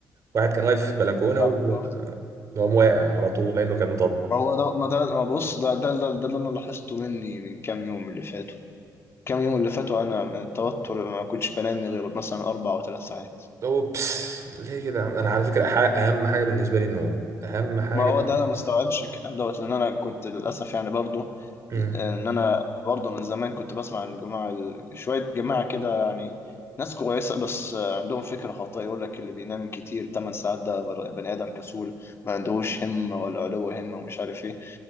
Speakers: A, on the right; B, on the left.
A: واحد كان واقف في بلكونة
B: لا
A: و-
B: اه
A: وقام واقع على طول لانه كان مطبق
B: ما هو ده ما ده ما بص ده ده ده, ده اللي انا لاحظته مني من كام يوم اللي فاتوا كام يوم اللي فاتوا انا من التوتر ما كنتش بنام غير مثلا اربع او ثلاث ساعات
A: اوبس ليه كده يا عم؟ انا على فكره أح- اهم حاجه بالنسبه لي النوم اهم حاجه
B: ما هو
A: بالنسبه
B: ده انا ما استوعبش
A: لي
B: الكلام دوت لان انا كنت للاسف يعني برضو
A: امم
B: ان انا برضو من زمان كنت بسمع عن الجماعه ال- شويه جماعه كده يعني ناس كويسه بس عندهم فكره خاطئه يقول لك اللي بينام كتير 8 ساعات ده بر- بني ادم كسول ما عندهوش همه ولا علو همه ومش عارف ايه